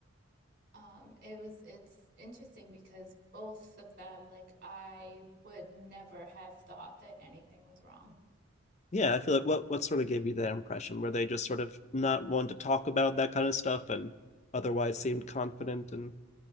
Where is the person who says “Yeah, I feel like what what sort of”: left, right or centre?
Left